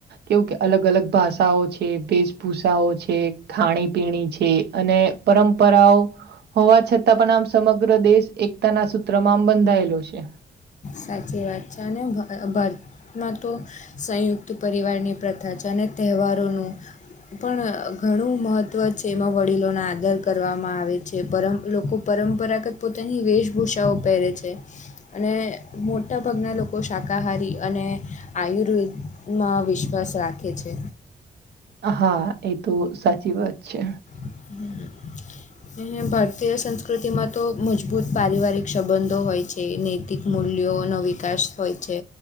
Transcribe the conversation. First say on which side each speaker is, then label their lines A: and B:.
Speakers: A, on the right (about 80°); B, on the left (about 45°).
A: કેવું કે અલગ અલગ ભાષાઓ છે વેશભૂષાઓ છે. ખાણી પીણી છે અને પરંપરાઓ. હોવા છતાં પણ આમ સમગ્ર દેશ એકતાના સૂત્રમાં આમ બંધાયેલો છે.
B: સાચી વાત છે અને ભર. માં તો સંયુક્ત પરિવારની પ્રથા છે અને તહેવારોનું. પણ ઘણું મહત્વ છે એમાં વડીલોને આદર કરવામાં આવે છે પરમ લોકો પરંપરાગત પોતાની વેશભૂષાઓ પહેરે છે અને મોટાભાગના લોકો શાકાહારી અને આયુર્વેદમાં વિશ્વાસ રાખે છે.
A: હા એ તો સાચી વાત છે.
B: <inaudible> ભારતીય સંસ્કૃતિમાં તો મજબૂત પારિવારિક સંબંધો હોય છે આર્થિક મૂલ્યોનો વિકાસ હોય છે.